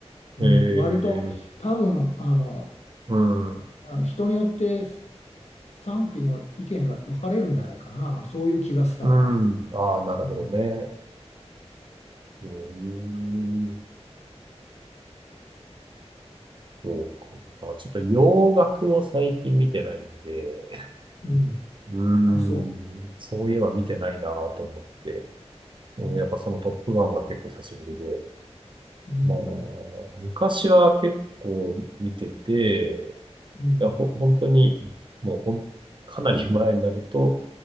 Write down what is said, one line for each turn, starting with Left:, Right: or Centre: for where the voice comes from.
Left: うん、
Right: ええ、
Left: 割と多分あの、
Right: うん、
Left: あの人によって賛否の意見が分かれるんじゃないかな、そういう気がした。
Right: うん。ああ、なるほどね。
Left: うん、
Right: うーん。そうか。だからちょっと洋楽を最近見てないんで、
Left: うん、
Right: うーん、
Left: あ、そ
Right: そういえば見てないなぁと思って、うん、
Left: う。うん、
Right: やっぱそのトップガンは結構久しぶりで、
Left: うん、
Right: まあ、昔は結構見てて、
Left: うん、
Right: いや、ほ、本当に、もうほん、かなり前になると、